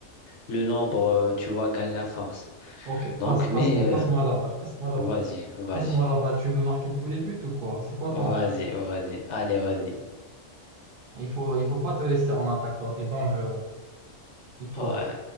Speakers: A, on the left (about 70°); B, on the right (about 60°).
A: le nombre, euh, tu vois, gagne la force.
B: ok.
A: Donc,
B: Passe,
A: mais,
B: passe-moi,
A: euh,
B: passe-moi la balle, passe-moi la
A: vas-y,
B: balle.
A: vas-y,
B: Passe-moi la balle. Tu veux marquer tous les buts ou quoi? C'est quoi
A: vas-y,
B: ton.
A: vas-y, allez, vas-y.
B: Il faut, il faut pas te laisser en attaque, toi. T'es dangereux. Il faut
A: Ouais.